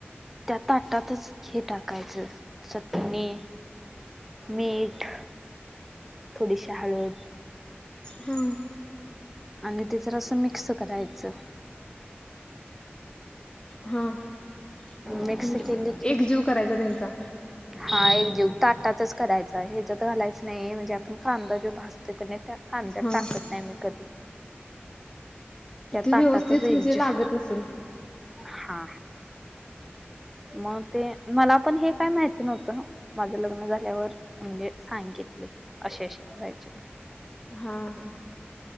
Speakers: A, in the centre; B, on the left.
A: त्या ताटातच हे टाकायचं चटणी मीठ थोडीशी हळद.
B: हा.
A: आणि ते जर असं मिक्स करायचं.
B: हा म्हणजे
A: मिक्स केली की
B: एक जीव करायचा त्यांच्या
A: हा एकजीव ताटातच करायचा ह्याच्यात तर घालायच नाही म्हणजे आपण कांदा जो भाजतो. म त्या कांद्यात
B: हा
A: टाकत नाही मी कधी. त्या
B: ते
A: ताटातच
B: व्यवस्थित
A: एकजीव
B: म्हणजे लागत नसेल.
A: हा.
B: <inaudible>
A: मग ते मला पण हे काय माहिती नव्हतं. माझं लग्न झाल्यावर म्हणजे मला सांगीतले असे -असे करायचे.
B: हा -हा.